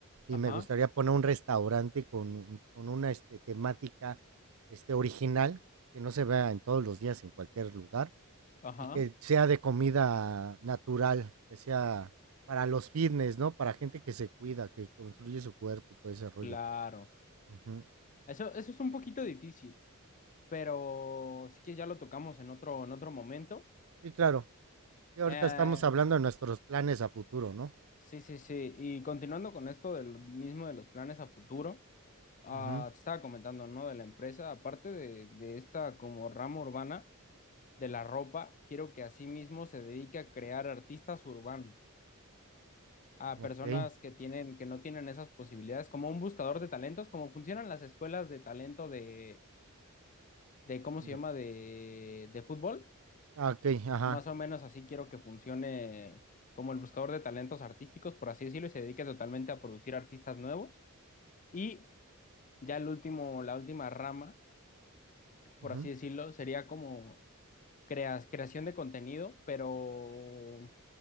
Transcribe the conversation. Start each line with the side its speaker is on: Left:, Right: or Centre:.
Right: y
Left: Ajá,
Right: me gustaría poner un restaurante con con una, este, temática, este, original, que no se vea en todos los días en cualquier lugar.
Left: ajá,
Right: Y que sea de comida natural, que sea para los fitness, ¿no? Para gente que se cuida, que construye su cuerpo y todo ese rollo.
Left: claro.
Right: Ujú.
Left: Eso, eso es un poquito difícil, pero si quieres ya lo tocamos en otro, en otro momento.
Right: Sí, claro. y ahorita
Left: Eh,
Right: estamos hablando de nuestros planes a futuro, ¿no?
Left: sí, sí, sí. Y continuando con esto del mismo de los planes a futuro, ah,
Right: Ujú.
Left: te estaba comentando, ¿no? De la empresa, aparte de, de esta como rama urbana de la ropa, quiero que asimismo se dedique a crear artistas urbanos, a
Right: Okey.
Left: personas que tienen, que no tienen esas posibilidades, como un buscador de talentos, como funcionan las escuelas de talento de de cómo
Right: De
Left: se llama de, de fútbol.
Right: ah, okey, ajá.
Left: Más o menos así quiero que funcione como el buscador de talentos artísticos, por así decirlo, y se dedique totalmente a producir artistas nuevos. Y ya el último, la última rama, por
Right: Ujú.
Left: así decirlo, sería como creas- creación de contenido, pero